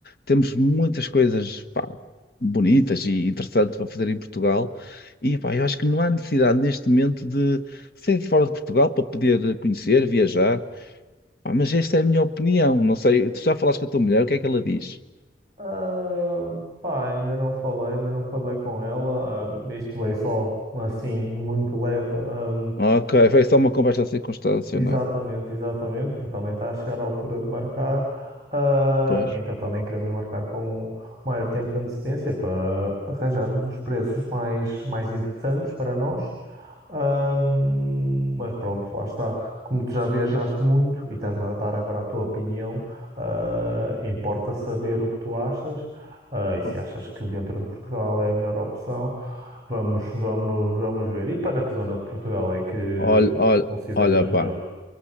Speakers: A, on the left (about 55°); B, on the right (about 20°).
A: temos muitas coisas, pá, bonitas e interessantes para fazer em Portugal. E, pá, eu acho que não há necessidade neste momento de sair de fora de Portugal para poder conhecer, viajar. Ah, mas esta é a minha opinião. Não sei, tu já falaste com a tua mulher, o que é que ela diz?
B: Ah, pá, ainda não falei, ainda não falei com ela. Ah, isto veio só assim, muito leve. Ah,
A: Ok, foi só uma conversa circunstancial,
B: Exatamente, exatamente, porque também está a chegar a altura de marcar, ah,
A: Pois.
B: então também queremos marcar com o maior tempo de antecedência para arranjarmos os preços mais, mais interessantes para nós. Ahm, mas pronto, lá está. Como tu já viajaste muito e estás-me a dar agora a tua opinião, ah, importa saber o que tu achas, ah, e se
A: Oh.
B: achas que dentro de Portugal é a melhor opção. Vamos, vamos, vamos ver. E para que zona de Portugal é que
A: Olha, olha,
B: tu consideras
A: olha,
B: melhor?
A: pá.